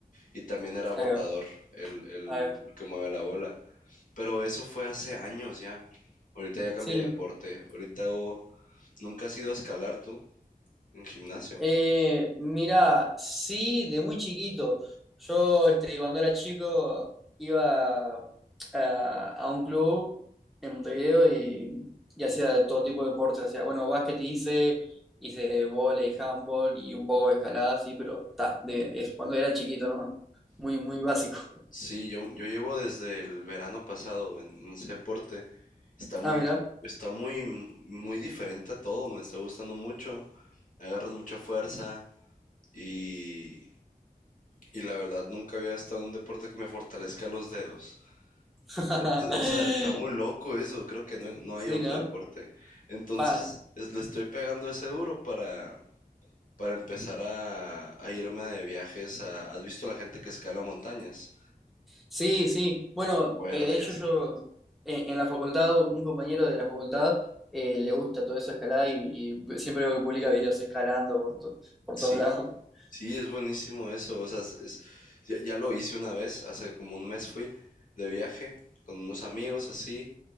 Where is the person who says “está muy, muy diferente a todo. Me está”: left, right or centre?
Left